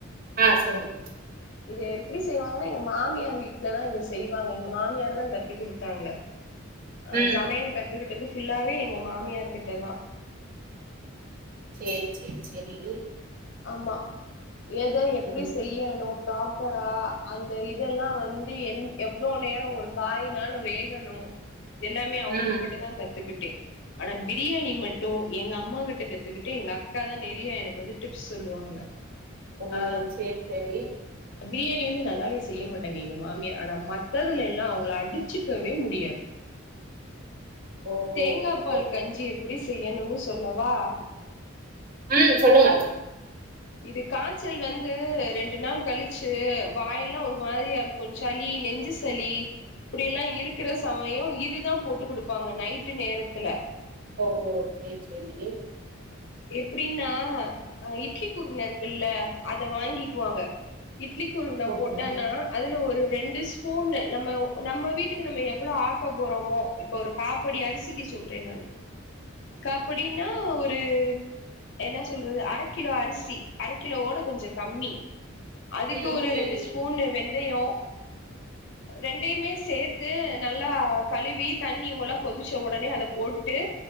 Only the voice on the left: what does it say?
இது எப்படி செய்வாங்கன்னா எங்க மாமியார் வீட்டுலதான் இது செய்வாங்க எங்க மாமியார் தான் கத்து குடுத்தாங்க ஆஹ்
சமையல் கத்துக்கிட்டது ஃபுல்லாவே எங்க மாமியார்கிட்ட தான்
ஆமா எத எப்படி
செய்யணும் ப்ராப்பரா அந்த இதெல்லாம் வந்து என் எவ்வளவு நேரம் ஒரு காயினாலும் வேகணும் எல்லாமே அவங்ககிட்ட
தான் கத்துக்கிட் ஆனா பிரியாணி மட்டும் எங்க அம்மா கிட்ட கத்துக்கிட் எங்க அக்கா தான் நெறிய எனக்கு வந்து டிப்ஸ் சொல்லுவாங்க
ஆ
பிரியாணி வந்து நல்லாவே செய்ய மாட்டாங்க எங்க மாமியார் ஆனா மத்ததுல எல்லாம் அவங்கள அடிச்சுக்கவே முடியாது
தேங்காய்
பால் கஞ்சி எப்படி செய்யணுன்னு சொல்லவா
இது காய்ச்சல் வந்து ரெண்டு நாள் கழிச்சு வாய் எல்லாம் ஒரு மாதிரியா இருக்கும் சளி நெஞ்சு சளி இப்படிய எல்லாம் இருக்கிற சமயம் இதுதான் போட்டு குடுப்பாங்க நைட்டு நேரத்துல
எப்பிடின்னா இட்லி குருனை இருக்குல்ல அத வாங்கிக்குவாங்க இட்லி குருனை
போட்டேன்னா அதுல ஒரு ரெண்டு ஸ்பூன் நம்ம நம்ம வீட்டுக்கு நம்ம எவ்வளோ ஆக்க போறோமோ இப்ப ஒரு காப் படி அரிசிக்கு சொல்றேன் நானு காப் படினா ஒரு என்ன சொல்றது அரை கிலோ அரிசி அரை கிலோ ஓட கொஞ்சம் கம்மி அதுக்கு
ஒரு
ரெண்டு ஸ்பூன் வெந்தயம் ரெண்டையுமே சேர்த்து நல்லா கழுவி தண்ணி ஓல கொதிச்ச உடனே அத போட்டு